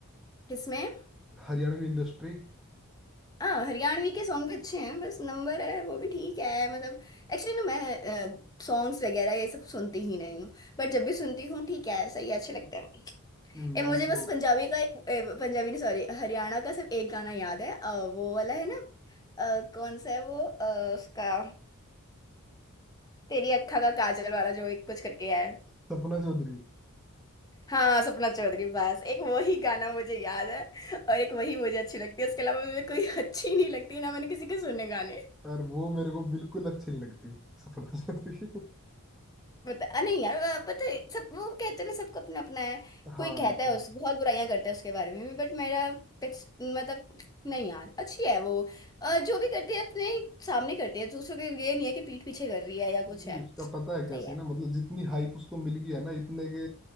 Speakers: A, on the left; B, in the centre.
A: किसमें
B: हरियाणवी इंडस्ट्री
A: हाँ हरियाणवी के सॉन्ग भी अच्छे हैं बस नंबर है वो भी ठीक है मतलब एक्चुअली ना मैं सॉन्ग्स वगैरह ये सब सुनती ही नहीं हूँ बट जब भी सुनती हूँ ठीक है सही है अच्छे लगते हैं
B: मैं
A: ए, मुझे
B: तो
A: बस पंजाबी का एक ए, पंजाबी नहीं सॉरी हरियाणा का सिर्फ एक गाना याद है अ, वो वाला है ना अ, कौन सा है वो अ, उसका तेरी अक्खा का काजल वाला जो एक कुछ करके है
B: सपना चौधरी
A: हाँ सपना चौधरी बस एक वही गाना मुझे याद है और एक वही मुझे अच्छी लगती है उसके अलावा मुझे कोई <laughs> अच्छी नहीं लगती ना मैंने किसी के सुने गाने
B: और वो मेरे को बिल्कुल अच्छी नहीं लगती सपना <laughs> चौधरी
A: बता अ, नहीं यार अ, पता है सब वो कहते हैं ना सबका अपना अपना है
B: हाँ
A: कोई कहता
B: ये तो
A: है उस
B: है
A: बहुत बुराइयां करता है उसके बारे में बट मेरा पेक्स- मतलब नहीं यार अच्छी है वो अ, जो भी करती है अपने सामने करती है दूसरों के ये नहीं है कि पीठ पीछे कर रही है या
B: नहीं,
A: कुछ है
B: उसका
A: सही
B: पता है क्या सीन
A: है
B: है मतलब जितनी हाइप उसको मिल गई है ना इतने के